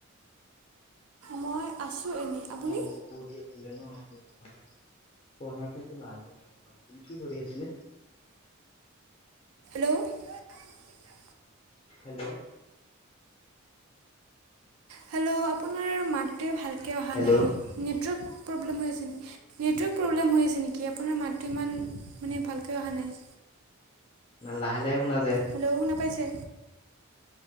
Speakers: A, on the right; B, on the left.
A: মই আছোঁ। এনেই আপুনি
B: অ', অ', পঢ়ি আছিলে ন আপু <unintelligible> পঢ়াটোতো লাগ আপুনি কি কৰি আছিলে?
A: <unintelligible>
B: হেল্ল'।
A: হেল্ল', আপোনাৰ মাতটোৱে ভালকে অহা
B: হেল্ল'
A: নাই, নেটৱৰ্ক প্ৰব্লেম হৈ নেটৱৰ্ক প্ৰব্লেম হৈ আছে নেকি, আপোনাৰ মাতটো ইমান মানে ভালকৈ অহা নাই।
B: মানে লাহে লাহে শুনা যায় আছে
A: হেল্ল',
B: কথাটো
A: শুনা পাইছে?